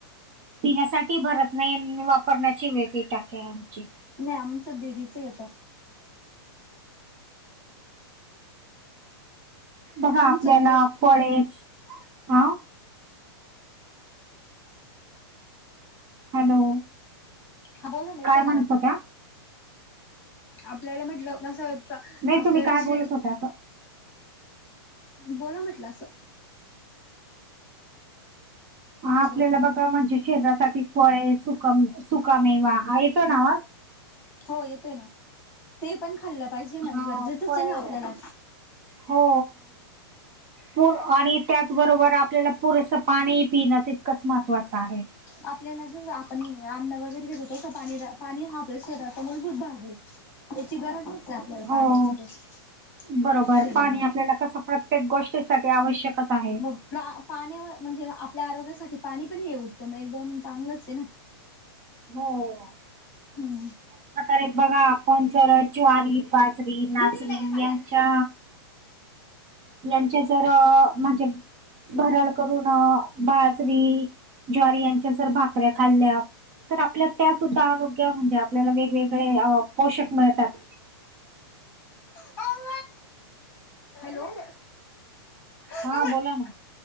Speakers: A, on the right; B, on the left.
A: पिण्यासाठी भरत नाही वापरण्याची वेगळी टाके आहे आमची
B: नाही आमचं डेरीच येत
A: बघा
B: तुमचं
A: आपल्याला फळेस अ हॅलो
B: हा बोल नाेत
A: काय म्हणत
B: नमस्
A: होत्या?
B: आपल्याला म्हटलं कसं होत आपल्याला
A: नाही तुम्ही काय
B: जशी
A: बोलत होता असं?
B: बोला म्हटलं असं
A: ह
B: हॅलो
A: आपल्याला बघा म्हणजे शरीरासाठी फळे सुका सुकामेवा येतो ना वा
B: हो येत आहे ना ते पण खाल्लं पाहिजे ना
A: हा
B: गरजेचंच
A: फळे
B: आहे ना आपल्याला
A: हो पू आणि त्याचबरोबर आपल्याला पुरेसं पाणी पिणं तितकंच महत्त्वाचं आहे
B: आपल्याला जस आपण अन्न वगैरे घेतो तसं पाणी पाणी हा आपल्या शरीराचा मूलभूत भाग आहे त्याची गरज नते आपल्याला
A: हो
B: पाण्याची प
A: बरोबर पाणी कसं प्रत्येक गोष्टीसाठी आवश्यकच आहे
B: मग प्रा पाण्या म्हणजे आपल्या आरोग्यासाठी पाणी पण हे उठतं एकदम चांगलंच आहे ना
A: हो हो
B: हम्म
A: े बघा आपण जर ज्वारी बाजरी नाचरी
B: दिदी हिला घे पाणी
A: यांच्या यांचे जर म्हणजे भरड करून बाजरी ज्वारी यांच्या जर भाकऱ्या खाल्ल्या तर आपल्या त्या सुद्धा म्हणजे आपल्याला वेगवेगळे पोषक मिळतात
B: आणून हम्म हॅलो
A: हा बोला ना